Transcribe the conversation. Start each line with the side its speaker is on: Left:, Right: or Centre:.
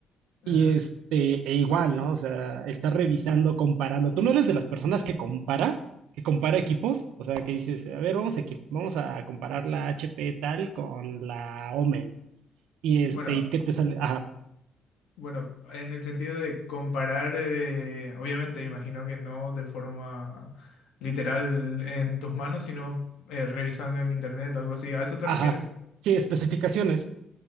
Left: Ajá.
Right: Y este, e igual, ¿no? O sea, está revisando, comparando. ¿Tú no eres de las personas que compara? ¿Que compara equipos? O sea, que dices, a ver, vamos a, equi- vamos a comparar la HP tal con la Omen. Y este,
Left: Bueno,
Right: ¿y qué te sale? Ajá,
Left: Bueno, en el sentido de comparar, eh, obviamente imagino que no de forma literal en tus manos, sino eh, revisando en internet, algo así. ¿A eso te
Right: ajá.
Left: refieres?
Right: Sí, especificaciones.